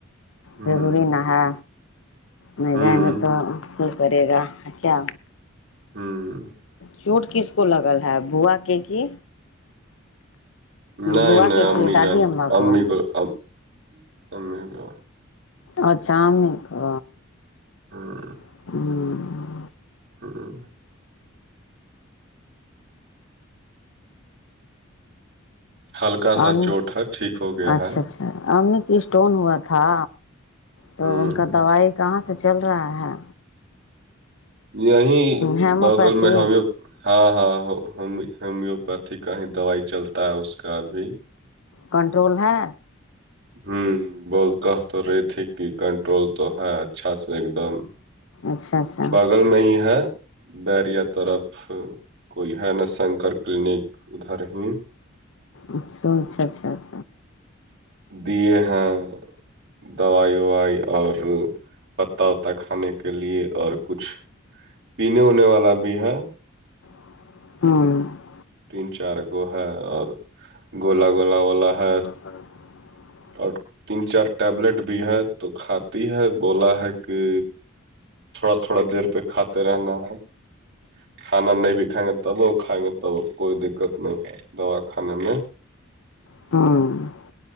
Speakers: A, on the right; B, on the left.
A: ہوں
B: ضروری نہ ہا نہیں
A: ہوں
B: جائیں گے تو یہ کرے گا کیا
A: ہوں
B: چوٹ کس کو لگل ہے بوا کے کی
A: نہیںائ
B: بوا کے کی
A: نہیںائ
B: دادی امبا
A: امی
B: کو
A: ج ا کو کو
B: اچ شام کو
A: ہاں
B: ہوں
A: ہوں ہلکا سا
B: اور
A: چوٹ ہے ٹھیک ہو گیا
B: اچھا
A: ہے
B: اچھا امی کی اسٹون ہوا تھا تو
A: ہوں
B: ان کا دوائی کہاں سے چل رہا ہے
A: یہیں
B: ہیموپیتھی
A: بغل میں ہمیں ہاں ہاں ہو ہومیوپیتھی کا ہی دوائی چلتا ہے اس کا ابھی
B: کنٹرول ہے
A: ہوں بول کہ تو رہی تھی کہ کنٹرول تو ہے اچھا سے ایک دم
B: اچھا اچھا
A: بغل میں ہی ہے برییا طرف کوئی ہے نا شنکر کلینک ادھر ہی
B: اچھا اچھا اچھا
A: دے ہاں دوائی وائی اور پتہ وتا کھانے کے لیے اور کچھ پینے ہونے والا بھی ہے
B: ہوں
A: تین چار گو ہے اور گولا گولا والا ہے
B: ا
A: اور تین چار ٹیبلیٹ بھی ہے تو کھاتی ہے بولا ہے کہ تھوڑا تھوڑا دیر پہ کھاتے رہنا ہے کھانا نہیں بھی کائیں گے تب وہ کائیں گے تب کوئی دقت نہیں ہے دوا کانے میں
B: ہوں